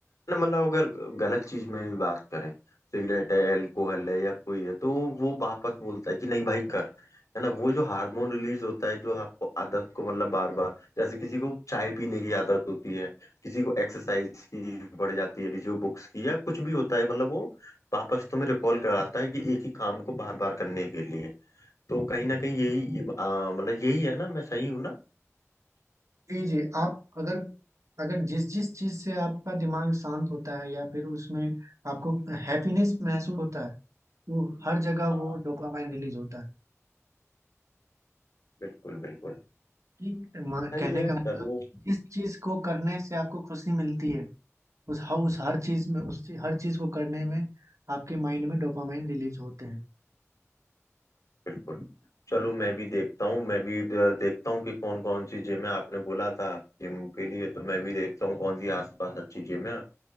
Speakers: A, on the left; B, on the right.
A: ना मतलब अगर गलत चीज में भी बात करें सिगरेट है एल्कोहल है या कोई है तो वो वापस बोलता है कि नहीं भाई कर है ना वो जो हार्मोन रिलीज होता है जो आपको आदत को मतलब बार बार जैसे किसी को चाय पीने की आदत होती है किसी को एक्सरसाइज की पड़ जाती है किसी को बुक्स की या कुछ भी होता है मतलब वो वापस तुम्हें रिकॉल कराता है कि एक ही काम को बार बार करने के लिए तो कहीं ना कहीं यही आ, मतलब यही है ना मैं सही हूँ ना
B: जी जी आप अगर अगर जिस जिस चीज से आपका दिमाग शांत होता है या फिर उसमें आपको हैप्पीनेस महसूस होता है वो हर जगह
A: हाँ
B: वो डोपामाइन रिलीज होता है
A: बिल्कुल बिल्कुल
B: कि म-
A: सही
B: कहने
A: है
B: का मतलब
A: चलो
B: जिस चीज को करने से आपको खुशी मिलती है उस हर उस हर चीज में उस चीज- हर चीज को करने में आपके माइंड में डोपामाइन रिलीज होते हैं
A: बिल्कुल चलो मैं भी देखता हूँ मैं भी अ, देखता हूँ कि कौन कौन सी जिम है आपने बोला था जिम के लिए तो मैं भी देखता हूँ कौन सी आसपास अच्छी जिम है